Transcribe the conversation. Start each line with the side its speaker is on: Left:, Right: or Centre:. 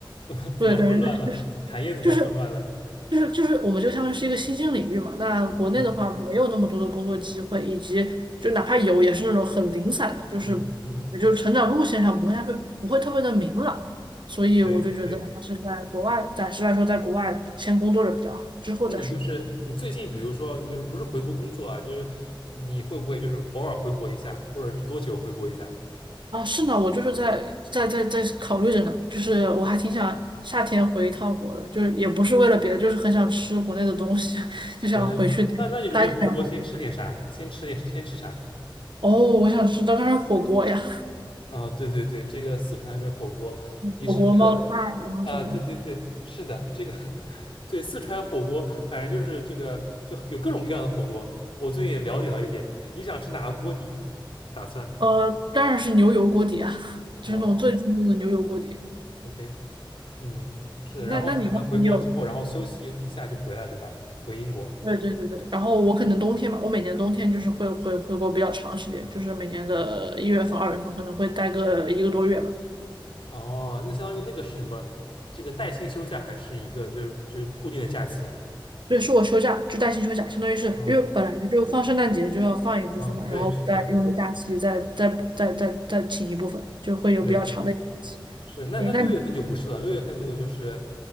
Left: <laughs> 怎么怎么混乱了？
Right: 对，感觉在。
Left: 产业怎么混乱了？
Right: 就是就是就是我们就相当于是一个新兴领域嘛。那国内的话，
Left: 嗯
Right: 没有那么多的工作机会，以及就哪怕有，也是那种很零散的，就是
Left: 嗯嗯，
Right: 也就是成长路线上不太会不会特别的明朗。所以我就觉得还是在国外，
Left: 对对。
Right: 暂时来说，在国外先工作着比较好，之后再说。
Left: 那你就是你最近，比如说，你就是不是回国工作啊，就是你会不会就是偶尔回国一下，或者是多久回国一下？
Right: 啊，是呢，我就是在在在在考虑着呢，就是我还挺想夏天回一趟国的，就是也不是为了别的，就是很想吃国内的东西，<laughs> 就想回去待个两天。
Left: 国内，那那你准备回国先吃点啥？先吃点，先吃啥？
Right: 哦，我想吃，当然是火锅呀。
Left: 啊，对对对，这个四川这火锅，你是这个
Right: 火锅冒菜，然后什么的
Left: 啊，对对对，是的，这个 <laughs> 对四川火锅，反正就是这个就有各种各样的火锅。我最近也了解到一点，你想吃哪个锅底？打算
Right: 呃，当然是牛油锅底啊，<laughs>
Left: 哦
Right: 就是那种最正宗的牛油锅底。
Left: ，OK。嗯，是，然后等他回国之后，
Right: 那那你呢？你有？你
Left: 然后休息一下就回来，对吧？回英国。
Right: 对对对对。然后我可能冬天嘛，我每年冬天就是会回回国比较长时间，就是每年的一月份、二月份可能会待个一个多月吧。
Left: 哦，那相当于那个是什么？这个带薪休假还是一个就是就是固定的假期？
Right: 对，是我休假，就带薪休假，相当于是因为本来就放圣诞节就要放一部分嘛，
Left: 哦哦，对，
Right: 然后我再用假期再再再再再请一部分，
Left: 是的，
Right: 就会有比较长的一个假期。
Left: 对，是。那那六月份就不是了，
Right: 诶，那你
Left: 六月份那个就是